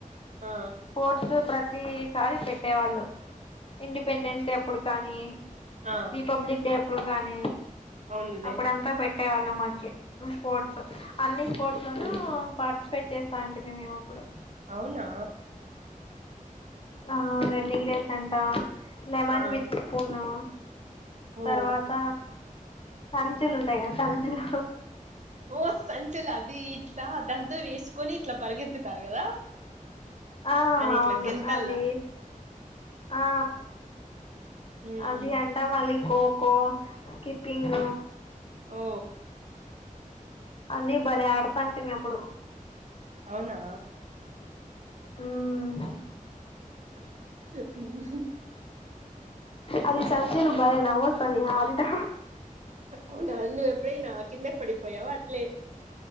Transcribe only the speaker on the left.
స్పోర్ట్స్ ప్రతిసారి పెట్టేవాళ్ళు ఇండిపెండెన్స్ డే అప్పుడు కానీ
రిపబ్లిక్ డే అప్పుడు గానీ
అప్పుడంతా పెట్టేవాళ్ళు మాకి స్పోర్ట్స్ అన్ని స్పోర్ట్స్ లోనూ పార్ట్సిపేట్ చేస్తాంటిమి మేము అప్పుడు
ఆ రన్నింగ్ రేస్ అంటా, లెమన్
విత్ స్పూను
తర్వాత సంచులు ఉంటాయ్ గదా సంచులు
ఆ
అవును
అది ఆ
అది అంట మల్లి ఖో ఖో క్కిప్పింగ్
అన్నీ భలే ఆడతాంటిమి అప్పుడు
ఉమ్.
అది సంచులు బలే నవ్వు ఓస్తది అదిద.